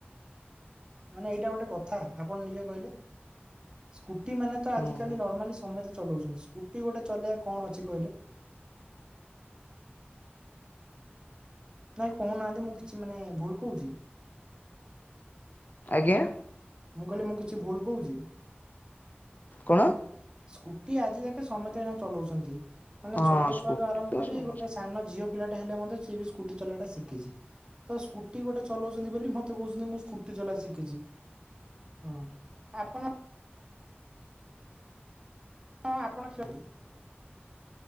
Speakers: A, on the right; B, on the left.
A: ମାନେ ଏଇଟା ଗୋଟେ କଥା ଆପଣ ନିଜେ କହିଲେ। ସ୍କୁଟି ମାନେ ତ ଆଜିକାଲି
B: ହୁଁ ହୁଁ
A: ନର୍ମାଲି ସମେସ୍ତେ ଚଲାଉଛନ୍ତି ସ୍କୁଟି ଗୋଟେ ଚଲେଇବା କଣ ଅଛି କହିଲେ? ନାଇଁ କହୁନାହାନ୍ତି ମୁଁ କିଛି ମାନେ ଭୁଲ୍‌ କହୁଛି।
B: ଆଜ୍ଞା।
A: ମୁଁ କହିଲି ମୁଁ କିଛି ଭୁଲ୍ କହୁଛି।
B: କଣ?
A: ସ୍କୁଟି ଆଜି ଜାକେ ସମତେ ଚଲାଉଛନ୍ତି। ମାନେ
B: ହଁ
A: ଛୋଟ
B: ସ୍କୁଟି
A: ଛୁଆଠୁ ଆରମ୍ଭ
B: ତ
A: କରି
B: ସମସ୍ତେ
A: ଗୋଟେ ସାନ ଝିଅ ପିଲାଟା ହେଲେ ମଧ୍ୟ ସିଏ ବି ସ୍କୁଟି ଚଲେଇବାଟା ଶିଖିଛି। ତ ସ୍କୁଟି ଗୋଟେ ଚଲଉଛନ୍ତି ବୋଲି ମତେ କହୁଛନ୍ତି ମୁଁ ସ୍କୁଟି ଚଲା ଶିଖିଛି। ହଁ ଆପଣ ହଁ ଆପଣ ଖେ